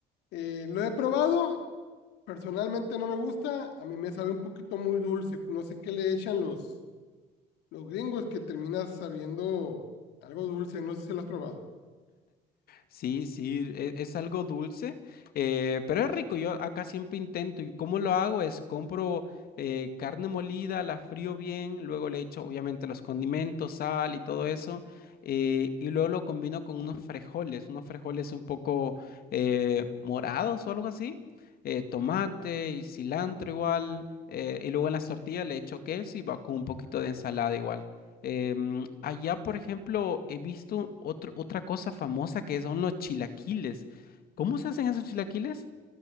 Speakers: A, on the left (about 85°); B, on the left (about 65°).
A: Eh, lo he probado, personalmente no me gusta. A mí me sabe un poquito muy dulce. No sé qué le echan los los gringos que terminas sabiendo algo dulce, no sé si lo has probado.
B: Sí, sí, e- es, algo dulce, eh, pero es rico. Yo acá siempre intento. ¿Y cómo lo hago? Es compro eh, carne molida, la frío bien, luego le echo obviamente los condimentos, sal y todo eso, eh, y luego lo combino con unos frijoles, unos frijoles un poco eh, morados o algo así, eh, tomate y cilantro igual, eh, y luego en las tortillas le echo queso y va con un poquito de ensalada igual. Em, allá, por ejemplo, he visto otro- otra cosa famosa que son los chilaquiles. ¿Cómo se hacen esos chilaquiles?